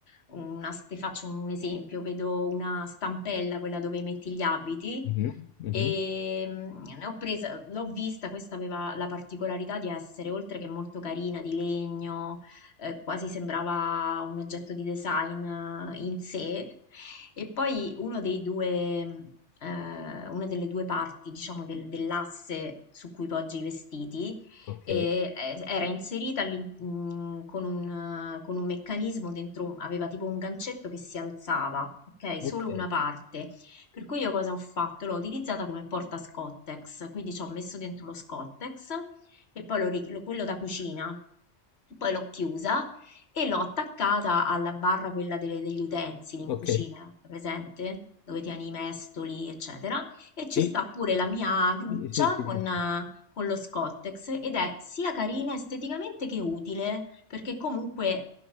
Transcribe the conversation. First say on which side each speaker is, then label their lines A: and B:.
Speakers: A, on the left; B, on the left.
A: una, s- ti faccio un esempio, vedo una stampella, quella dove metti gli abiti.
B: Mhm, mhm,
A: E mm, ne ho presa, l'ho vista, questa aveva la particolarità di essere, oltre che molto carina, di legno, eh, quasi sembrava un oggetto di design eh, in sé. E poi uno dei due, mm, eh, una delle due parti, diciamo, del- dell'asse su cui poggi i vestiti,
B: Ok,
A: e, eh, era inserita all'in- mm, con un, eh, con un meccanismo dentro, aveva tipo un gancetto che si alzava, ok?
B: ok,
A: Solo una parte. Per cui io cosa ho fatto? L'ho utilizzata come porta Scottex, quindi ci ho messo dentro lo Scottex e poi l'ho ri- lo- quello da cucina. E Poi l'ho chiusa e l'ho attaccata alla barra quella delle- degli utensili in
B: ok.
A: cucina, presente? Dove tieni i mestoli, eccetera. E ci
B: Sì,
A: sta pure la mia gruccia
B: sì, sì, sì,
A: con,
B: sì, sì.
A: eh, con lo Scottex ed è sia carina esteticamente che utile, perché comunque